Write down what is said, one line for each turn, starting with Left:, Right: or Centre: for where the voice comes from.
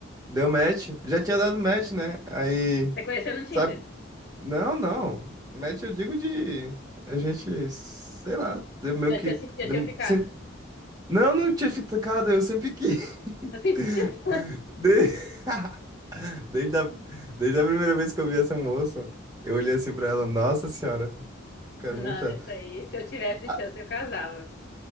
Right: deu match. Já tinha dado match, né? Aí,
Left: conheceu no Tinder?
Right: sabe? Não, não. Match eu digo de a gente, sei lá, deu meio
Left: Já
Right: que
Left: tinha, se- já
Right: deu-
Left: tinha ficado?
Right: se- Não, não tinha ficado, eu sempre quis.
Left: Eu sei,
Right: <laughs>
Left: <laughs> quis.
Right: De- <laughs> Desde a... Desde a primeira vez que eu vi essa moça, eu olhei assim pra ela, nossa senhora, quero
Left: Não,
Right: muito ela.
Left: essa aí, se eu tivesse
Right: Ah,
Left: chance, eu casava.